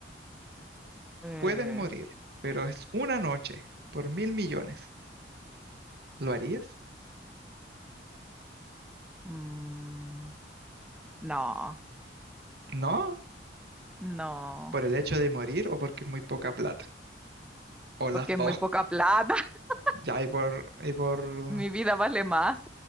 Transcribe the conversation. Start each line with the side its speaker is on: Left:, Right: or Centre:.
Centre: Eh,
Right: Puedes morir, pero es una noche por mil millones. ¿Lo harías?
Centre: mm, no,
Right: No,
Centre: no,
Right: por el hecho de morir o porque es muy poca plata. O las
Centre: porque
Right: dos.
Centre: es muy poca
Right: <laughs>
Centre: plata. <laughs>
Right: Ya, y por, y por,
Centre: Mi vida vale más.